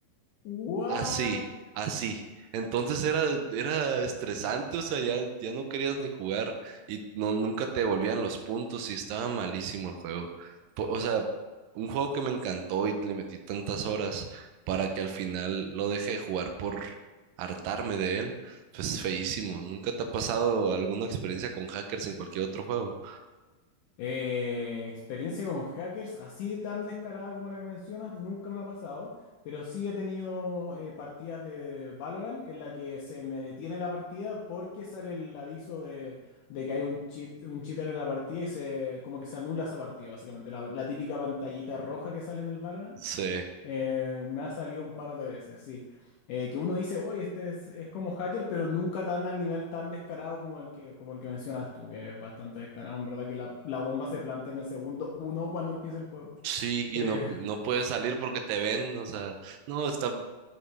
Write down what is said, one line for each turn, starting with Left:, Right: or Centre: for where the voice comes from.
Left: ¿What?
Right: Así, así. Entonces era, era estresante, o sea, ya, ya no querías ni jugar y no, nunca te devolvían los puntos y estaba malísimo el juego. Po- O sea, un juego que me encantó y le metí tantas horas para que al final lo dejé de jugar por hartarme de él, pues feísimo. ¿Nunca te ha pasado alguna experiencia con hackers en cualquier otro juego?
Left: Eh, experiencia con hackers, así de tan descarada como la que mencionas, nunca me ha pasado, pero sí he tenido eh, partidas de Valorant en la que se me detiene la partida porque sale el aviso de, de que hay un cheat, un cheater en la partida y se como que se anula esa partida, básicamente, la, la típica pantallita roja que sale en el Valorant.
Right: Sí,
Left: Eh, me ha salido un par de veces, sí. Eh, que uno dice, oye, este es, es como hacker, pero nunca tan al nivel tan descarado como el que, como el que mencionas tú, que es bastante descarado, en verdad, que la, la bomba se plantea en el segundo uno cuando empieza el juego.
Right: sí, y
Left: Eh,
Right: no,
Left: <laughs>
Right: no puedes salir porque te ven, o sea, no, está...